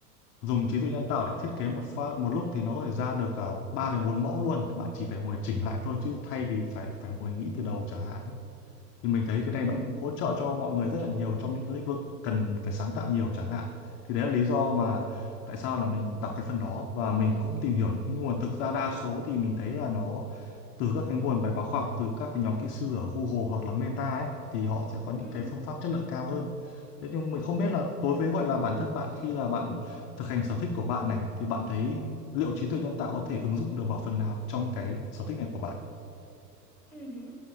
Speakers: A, on the left; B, in the centre.
A: dùng trí tuệ nhân tạo để thiết kế một pha một lúc thì nó có thể ra được uh, 3 đến 4 mẫu luôn bạn chỉ phải ngồi chỉnh lại thôi chứ thay vì phải phải ngồi nghĩ từ đầu chẳng hạn á. thì mình thấy cái
B: ừ
A: này nó cũng hỗ trợ cho mọi người rất là nhiều trong những cái lĩnh vực cần phải sáng tạo nhiều chẳng hạn thì đấy là lý do mà tại sao là mình đọc cái phần đó và mình cũng tìm hiểu những cái nguồn thực ra đa số thì mình thấy là nó từ các cái nguồn bài báo khoa học từ các cái nhóm kỹ sư ở Google hoặc là Meta ấy thì họ sẽ có những
B: ừ
A: cái phương pháp chất lượng cao hơn. Thế nhưng mình không biết là đối với gọi là bản thân bạn khi là bạn thực hành sở thích của bạn này thì bạn thấy liệu trí tuệ nhân tạo có thể ứng dụng được vào phần nào trong cái sở thích này của bạn?
B: ừ hử.